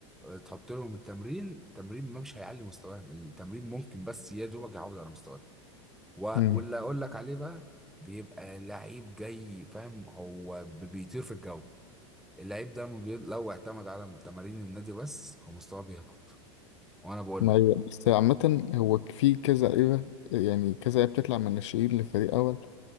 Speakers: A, in the centre; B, on the left (about 70°).
A: آه، تحط لهم التمرين التمرين ما مش هيعلي مستواهم التمرين ممكن بس يا دوبك يعوض على مستواهم و-
B: مم.
A: واللي اقول لك عليه بقى بيبقى لعيب جاي فاهم هو ب- بيطير في الجو اللعيب ده ما بي- لو اعتمد على تمارين النادي بس هو مستواه بيهبط وانا بقول
B: ما
A: لك
B: هي بس عامة هو في كذا لعيبة يعني كذا لعيبة بتطلع من الناشئين لفريق اول